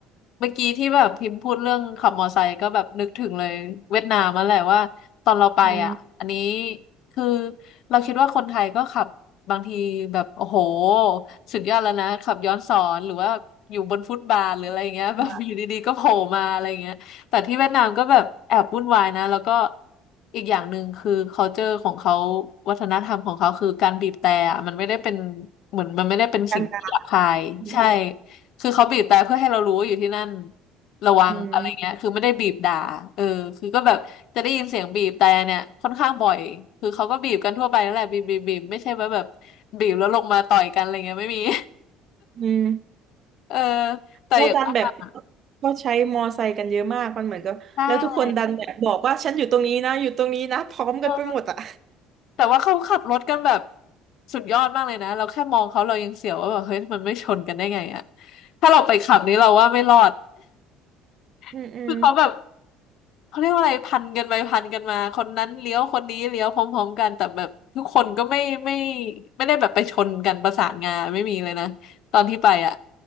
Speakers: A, on the left; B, on the right.
A: เมื่อกี้ที่แบบพิมพ์พูดเรื่องขับมอไซค์ก็แบบนึกถึงเลยเวียดนามมาแหละว่าตอนเราไปอ่ะอันนี้
B: อืม
A: คือเราคิดว่าคนไทยก็ขับบางทีแบบโอ้โหสุดยอดแล้วนะขับย้อนสอนหรือว่าอยู่บนฟุตบาทหรืออะไรเงี้ยแบบอยู่ดีๆก็โผล่มาอะไรเงี้ยแต่ที่เวียดนามก็แบบแอบวุ่นวายนะแล้วก็
B: อย
A: อีกอย่างหนึ่งคือ culture ของเขาวัฒนธรรมของเขาคือการบีบแตรอะมันไม่ได้เป็นเหมือนมันไม่ได้เป็นสิ่งที่หยาบคายใช่
B: ากกันกัน
A: คือเขาบีบแต่เพื่อให้เรารู้ว่าอยู่ที่นั่นระวังอะไรเงี้ยคือไม่ได้บีบด่าเออคือก็แบบจะได้ยินเสียงบีบแต่เนี่ยค่อนข้างบ่อยคือเขาก็บีบกันทั่วไปนั่นแหละบีบบีบบีบไม่ใช่ว่าแบบ
B: อืม
A: บีบแล้วลงมาต่อยกันอะไรเงี้ยไม่มี <laughs>
B: อืม
A: เออแต่อย่างว่า
B: แล้วดันแบบก็ใช้มอไซค์กันเยอะมากมันเหมือนกับแล้วทุกคนดันแบบบอกว่าฉันอยู่ตรงนี้นะอยู่ตรงนี้นะพร้อมกันไปหมดอ่ะ
A: ใช่เออแต่ว่าเขาขับรถกันแบบสุดยอดมากเลยนะเราแค่มองเขาเรายังเสียวว่าแบบเฮ้ยมันไม่ชนกันได้ไงอะถ้าเราไปขับนี้เราว่าไม่รอด
B: อืมอืม
A: <laughs> คือเขาแบบ เขาเรียกว่าอะไรพันกันไปพันกันมาคนนั้นเลี้ยวคนนี้เลี้ยวพร้อมๆกันแต่แบบทุกคนก็ไม่ไม่ไม่ได้แบบไปชนกันประสานงานไม่มีเลยนะตอนที่ไปอ่ะ